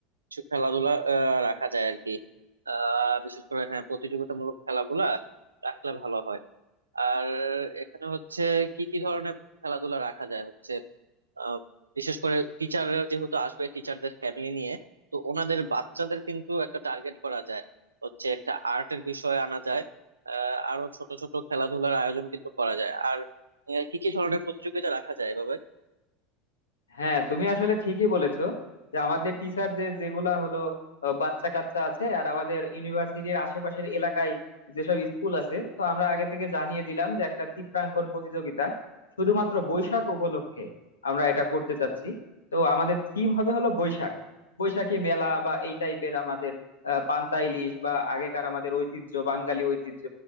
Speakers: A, on the right; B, on the left.
A: কিছু খেলাধুলা আহ, রাখা যায় আর কি আহ, বিশেষ করে হ্যাঁ প্রতিযোগিতামূলক খেলাগুলা রাখলে ভালো হয় আর এখানে হচ্ছে কি কি ধরনের খেলাধুলা রাখা যায় হচ্ছে আহ, বিশেষ করে টিচাররা যেহেতু আসবে টিচারদের ফ্যামিলি নিয়ে তো ওনাদের বাচ্চাদের কিন্তু একটা টার্গেট করা যায় হচ্ছে একটা আর্টের বিষয় আনা যায় আহ আরো ছোট ছোট খেলাধুলার আয়োজন কিন্তু করা যায় আর আহ, কি কি ধরনের প্রতিযোগিতা রাখা যায় এভাবে
B: হ্যাঁ তুমি আসলে ঠিকই বলেছো যে আমাদের টিচার যে যেগুলা হলো আহ, বাচ্চা কাচ্চা আছে আর আমাদের ইউনিভার্সিটির আশেপাশের এলাকায় যেসব স্কুল আছে তো আমরা আগে থেকে জানিয়ে দিলাম যে একটা চিত্রাঙ্কন প্রতিযোগিতা শুধুমাত্র বৈশাখ উপলক্ষে আমরা এটা করতে চাচ্ছি তো আমাদের থিম হবে হলো বৈশাখ বৈশাখী মেলা বা এই টাইপের আমাদের আহ, পান্তা ইলিশ বা আগেকার আমাদের ঐতিহ্য বাঙালি ঐতিহ্য